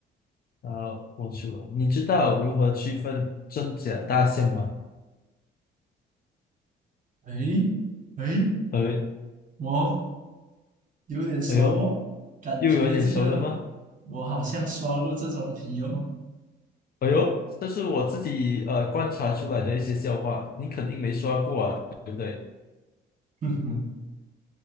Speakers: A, on the left (about 50°); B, on the right (about 40°).
A: 啊，我输了。你知道如何区分真假大象吗？
B: 哎哎，
A: 哎，
B: 我有点熟哦，
A: 哎呦，
B: 感觉这个
A: 又有点熟了吗？
B: 我好像刷过这种题哦。
A: 哎呦，这是我自己呃观察出来的一些笑话，你肯定没刷过啊，对不对？
B: 哼哼，